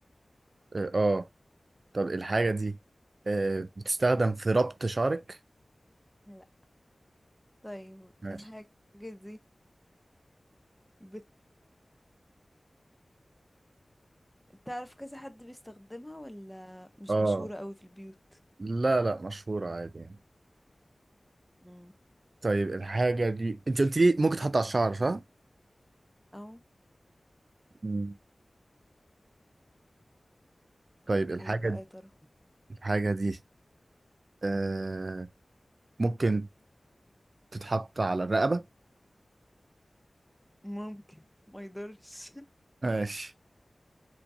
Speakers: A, on the right (about 60°); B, in the centre.
A: اه آه. طب الحاجة دي آه بتستخدم في ربط شعرك
B: لا طيب
A: ماشي
B: الحاجة دي <laughs> بت تعرف كذا حد بيستخدمها ولا مش
A: اه
B: مشهورة قوي في البيوت
A: لا لا مشهورة عادي يعني
B: مم.
A: طيب الحاجة دي انت قلت لي ممكن تحط على الشعر صح؟
B: او
A: مم. طيب الحاجة
B: ايه بقى
A: دي
B: يا ترى
A: الحاجة دي آه ممكن تتحط على الرقبة
B: ممكن ما يضرش
A: ماشي